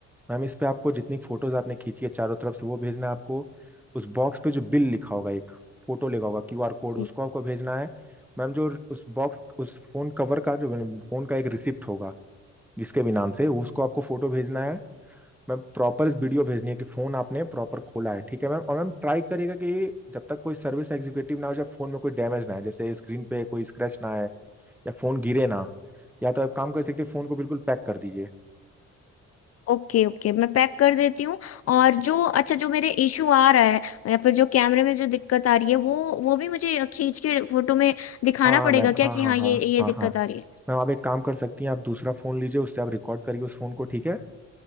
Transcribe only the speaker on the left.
जी
ओके ओके मैं पैक कर देती हूँ और जो अच्छा जो मेरे इशू आ रहा है या फिर जो कैमरे में जो दिक्कत आ रही है वो वो भी मुझे खींच के फोटो में दिखाना
पड़ेगा
क्या
कि
हाँ
ये ये
दिक्कत
आ रही है